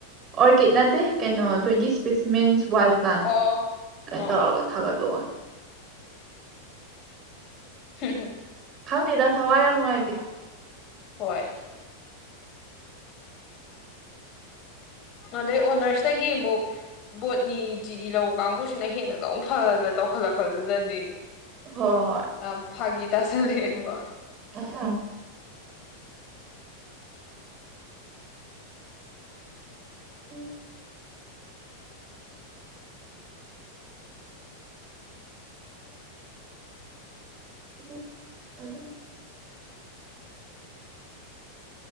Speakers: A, on the right (about 30°); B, on the left (about 35°).
A: ꯑꯣꯔꯀꯤꯠ ꯅꯠꯇꯦ ꯀꯩꯅꯣ ꯇ꯭ꯋꯦꯟꯇꯤ ꯁ꯭ꯄꯦꯁꯤꯃꯦꯟꯁ ꯋꯥꯜ ꯄ꯭ꯂꯥꯟ
B: ꯑꯣ
A: ꯀꯩꯅꯣ
B: ꯑꯣ
A: ꯇꯧꯔꯒ
B: ꯑꯣ
A: ꯊꯥꯒꯠꯂꫭꯅ
B: ꯍꯨ ꯍꯨꯝ
A: ꯈꯪꯗꯦꯗꯥ ꯊꯋꯥꯏ ꯌꯥꯝ ꯅꯨꯡꯉꯥꯏꯇꯦ
B: ꯍꯣꯏ ꯑꯗꯩ ꯑꯣꯅꯔꯁꯇꯒꯤ ꯃꯨꯛ ꯕꯣꯠꯅꯤ ꯖꯤ ꯂꯧꯕ ꯀꯥꯡꯕꯨꯁꯤꯅ ꯍꯦꯟꯅꯒ ꯑꯃꯨꯛ ꯐꯅꯒ ꯇꯧꯈꯠꯂꯛꯄꯗꯨꯗꯗꯤ
A: ꯍꫭ ꯍꫭ ꯍꯣꯏ
B: ꯌꯥꯝ ꯐꯥꯒꯤ ꯇꯥꯁꯜ ꯂꯛꯑꯦꯕ
A: <unintelligible> <inaudible> ꯎꯝ ꯎꯝ